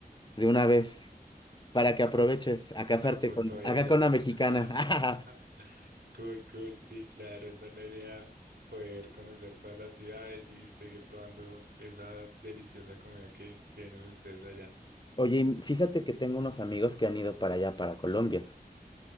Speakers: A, on the left (about 25°); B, on the right (about 80°).
A: de una vez, para que aproveches
B: a,
A: a casarte
B: a punto
A: con,
B: de
A: acá
B: ir allá.
A: con una mexicana.
B: <laughs> Cool, cool, sí, claro, esa es la idea, poder conocer todas las ciudades y seguir probando esa deliciosa comida que tienen ustedes allá.
A: <laughs> Oye, y fíjate que tengo unos amigos que han ido para allá, para Colombia.